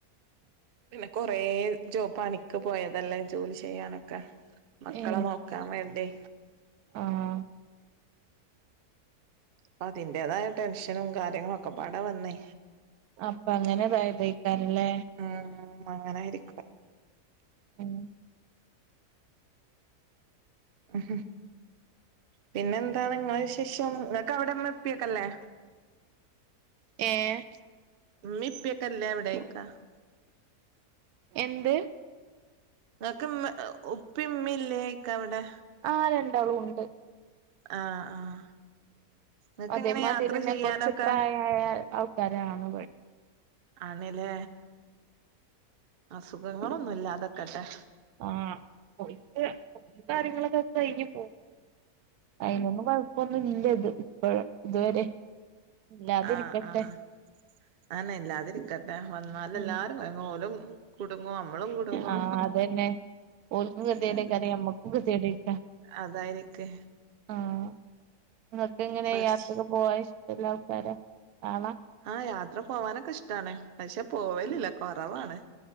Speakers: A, on the right; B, on the right.
A: പിന്നെ കൊറെ ജോബ് പണിക്ക് പോയതല്ലേ ജോലി ചെയ്യാനൊക്കെ മക്കളെ
B: ഏ
A: നോക്കാൻ വേണ്ടേ
B: ആഹ്
A: പ്പൊ അതിന്റേതായ ടെൻഷനും കാര്യങ്ങളും ഒക്കെ പാടെ വന്നേ.
B: അപ്പൊ അങ്ങനെതാതയ്കാരല്ലേ.
A: ഉം അങ്ങനായിര്ക്കും.
B: ഉം
A: ഉം പിന്നെ എന്താണ്ങ്ങളവിശേഷം. നിങ്ങൾക്ക് അവിടെമ്മ പ്പിയക്കല്ലേ
B: ഏഹ്
A: മ്മിപ്പക്കല്ലേ അവിടൊയ്ക്ക
B: എന്ത്?
A: ങ്ങക്ക്ഉമ്മ ഉപ്പിംമ്മില്ലേയ്ക്കവിടെ?
B: ആഹ് രണ്ടാളുംണ്ട്.
A: ആഹ് ആഹ് നിങ്ങക്ക്
B: അതെ
A: എങ്ങനെ
B: മതി
A: യാത്ര
B: തന്നെ
A: ചെയ്യാനൊക്കെ
B: കൊർച്ച് പ്രായായ ആൾക്കാരാണ് വഴി.
A: ആണ്ലേ. അസുഖങ്ങളൊന്നുംല്ലാതക്കട്ടെ.
B: ആഹ്. ഓൽക് ഓലെ കാര്യങ്ങളൊക്കെ കഴിഞ്ഞ് പോകും. അയ്നൊന്നും കൊഴ്പ്പൊന്നും ഇല്ല. ഇത് ഇപ്പേഴ ഇതുവരെ. ഇല്ലാതിരിക്കട്ടെ
A: ആഹ് ആഹ് ആനെ, ഇല്ലാതിരിക്കട്ടെ വന്നാല്
B: ഉം
A: എല്ലാരും കൊയ്ങ്ങും. ഓലും കുട്ങ്ങും അമ്മളും കുടുങ്ങും
B: ആഹ് അതന്നെ ഓൽക്കും കെതേടയ്ക്കാരം
A: ഇതാണ്
B: ഞമ്മക്കും കെ തേടയ്ക്ക
A: അതായിരിക്കെ
B: ആഹ്. നിങ്ങക്ക്ങ്ങനെ
A: പഠിച്ച
B: യാത്രക്ക് പോവാൻ ഇഷ്ടല്ല ആൾക്കാര ആണ.
A: ആഹ് യാത്ര പോവാനൊക്കെ ഇഷ്ടാണ്, പക്ഷെ പോവലില്ല കൊറവാണ്.